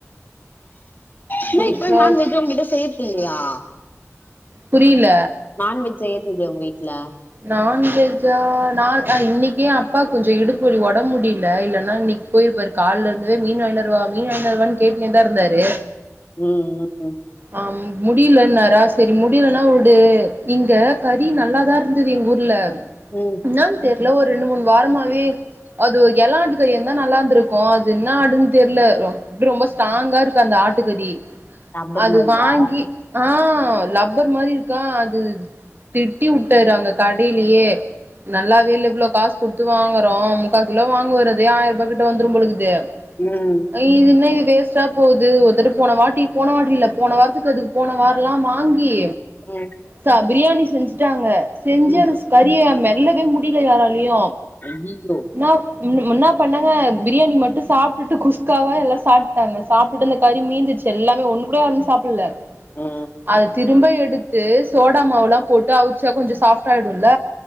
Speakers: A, on the left; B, on the right.
A: என்ன
B: முடிச்சாச்சு
A: இப்ப நான்வெஜ்ஜு உங்கிட்ட செய் <unintelligible> இல்லயா
B: புரில
A: நான்வெஜ் செய்யறதில்லயா உங்க வீட்ல
B: நான்வெஜ்ஜா நா இன்னக்கி அப்பாக் கொஞ்சொ இடுப்பு வலி ஒடம் முடில இல்லனா இன்னக் போயிருப்பாரு கால்லருந்தவே மீன் வாய்ண்டரவா மீன் வாயிண்டரவானு கேட்னேதாருந்தாரு
A: ம் ம் ம்
B: ஆம் முடிலன்னாரா செரி முடிலனா உடு இங்க கறி நல்லாதாருந் ந்துது எங்கூர்ல
A: ம்
B: இன்னான் தெர்ல ஒரு ரெண்டு மூன் வாரமாவே அது உ எளாண்டு கறியாந்தா நல்லாந்துருக்கூ அது இன்னா ஆடுன் தெர்ல ரொம் ப்ரு ரொம்பொ ஸ்ட்டாங்கா இருக்குஅந்த ஆட்டுக்கறி
A: ரப்பர்
B: அது
A: மாரியா
B: வாங்கி அ லப்பர் மாரிருக்கா அது திட்டி உட்டாரு அந்த கடைலியே நல்லாவேல்ல இவ்ளோ காசு குடுத்து வாங்கறோ முக்காக்கிலோ வாங்குவாரதே ஆயிர ருபா கிட்ட வந்துரும் போழக்குது
A: ம்
B: அ இது இன்னா இது வேஸ்ட்டா போது ஒருதட்டு போனவாட்டி போனவாட் ட்டில போன வாரத்துக்கதுக் போன வாரல்லா வாங்கி
A: ம்
B: சா பிரியாணி செஞ்சுட்டாங்க செஞ்சு
A: ம்
B: அது ச கறிய மெல்லவே முடில யாராலயு
A: அய்யிய்யோ
B: நா முன் முன்னா பண்ணாங்க பிரியாணி மட்டு சாப்ட்டுட்டு குஸ்காவா எல்லா சாப்ட்டாங்க சாப்ட்டுட்டு அந்த கறி மீந்துச்சு எல்லாமே ஒண்ணுகூட யாரும் சாப்புல்ல
A: ஆ
B: அத திரும்ப எடுத் து சோடா மாவுலாம் போட்டு அவுச்சா கொஞ்ச சாஃப்ட்டாயிடுல்ல